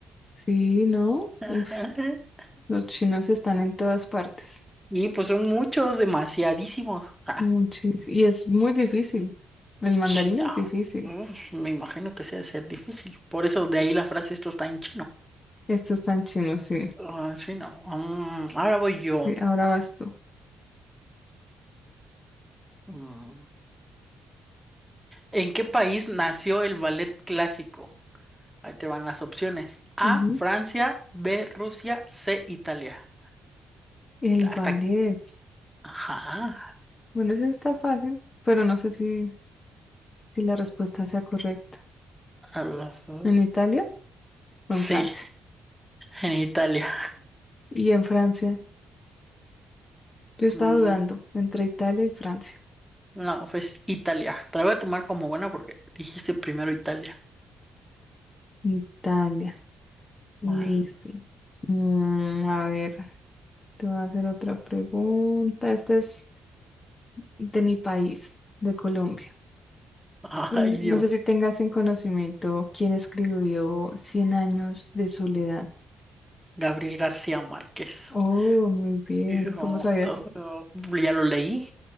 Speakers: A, on the left (about 35°); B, in the centre.
A: Sí, ¿no?
B: <laughs>
A: Uf, los chinos están en todas partes.
B: Y pues son muchos, demasiadísimos. Ah,
A: Muchis- Y es muy difícil. El mandarín
B: Chiao.
A: es difícil.
B: Uf, me imagino que sea de ser difícil. Por eso de ahí la frase esto está en chino.
A: Estos tan chinos, sí.
B: Ah, chino. Mm, ahora voy yo.
A: Sí, ahora vas tú.
B: Mm. ¿En qué país nació el ballet clásico? Ahí te van las opciones. A,
A: Ujú.
B: Francia, B, Rusia, C, Italia.
A: El
B: Hasta
A: ballet.
B: Ajá.
A: Bueno, eso está fácil, pero no sé si, si la respuesta sea correcta.
B: a ok.
A: ¿En Italia o
B: Sí,
A: en Francia?
B: en Italia.
A: Y en Francia, yo estaba
B: Mm,
A: dudando entre Italia y Francia.
B: no, pues Italia. Te la voy a tomar como buena porque dijiste primero Italia.
A: Italia, listo.
B: Ay,
A: Mm, a ver, te voy a hacer otra pregunta. Esta es de mi país, de Colombia.
B: ay,
A: Y no
B: Dios.
A: sé si tengas en conocimiento quién escribió Cien años de soledad.
B: Gabriel García Márquez.
A: Oh, muy bien.
B: Y Yo,
A: ¿Cómo sabías?
B: oh, ya lo leí.